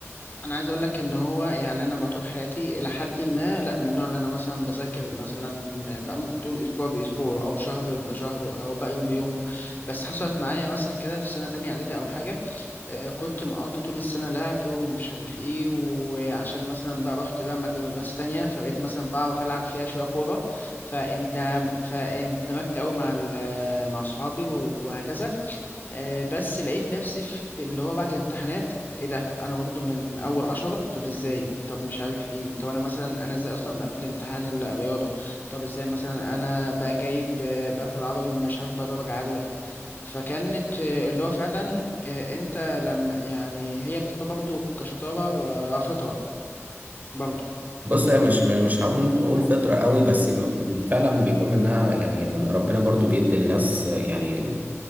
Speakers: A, on the left; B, on the right.
A: أنا عايز أقول لك إن هو يعني أنا بقى طول حياتي إلى حد ما لا من النوع اللي أنا مثلا بذاكر مثلا بقى ممكن تكون أسبوع بأسبوع أو شهر بشهر أو بقى يوم بيومه بس حصلت معايا مثلا كده في سنة تانية إعدادي أو حاجة آه، كنت مقضي طول السنة لعب ومش عارف ايه وعشان مثلا بقى رحت بقى مدرسة تانية فبقيت مثلا بعرف ألعب فيها شوية كورة فاندمجت أوي مع ال- مع أصحابي وهكذا آه، بس لقيت نفسي في اللي هو بعد الامتحانات ايه ده انا برضه من اول عشرة طب ازاي طب مش عارف ايه طب انا مثلا انا ازاي اصلا مقفل امتحان الرياضة طب ازاي مثلا انا بقى جايب آه، بقى في العربي مش عارف بقى درجة عالية فكانت آه، اللي هو فعلا آه، انت لما يعني هي بتبقى برضه كشطارة آه، فطرة برضه
B: بص هي مش م- مش هقول نقول فطرة قوي بس م- فعلا بيكون منها يعني إن ربنا برضو بيدي للناس يعني ال-